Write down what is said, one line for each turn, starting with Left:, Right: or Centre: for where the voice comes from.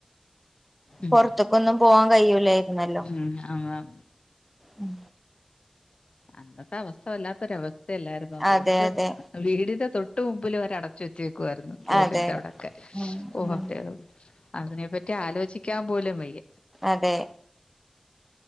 Left: ഉം
Centre: പൊറത്തക്കൊന്നും പോവാൻ കയ്യൂലായിരുന്നല്ലോ.
Left: മ്മ്ഹ് ആഹ്
Centre: അം
Left: അന്നത്തെ അവസ്ഥ വല്ലാത്തൊരവസ്ഥയല്ലായിരുന്നോ റോഡിന്റെ
Centre: അതെ അതെ
Left: വീടിന്റെ തൊട്ട് മുമ്പിൽ വരെ അട വച്ചേക്കുവായിരുന്നു റോഡിന്റെ
Centre: അതെ
Left: അവിടൊക്കെ
Centre: ഉം
Left: ഓഹ്.
Centre: ഉം
Left: അതിനെപ്പറ്റി ആലോചിക്കാൻ പോലും വയ്യ
Centre: അതെ